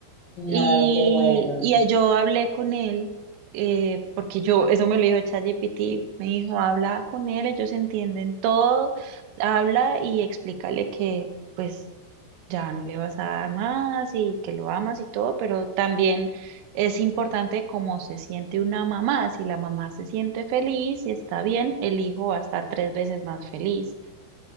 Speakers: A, on the right; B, on the left.
A: Y,
B: Ay, qué bueno.
A: y yo hablé con él, eh, porque yo, eso me lo dijo ChatGPT, me dijo, habla con él, ellos entienden todo, habla y explícale que pues ya no le vas a dar más y que lo amas y todo, pero también es importante cómo se siente una mamá. Si la mamá se siente feliz y está bien, el hijo va a estar tres veces más feliz.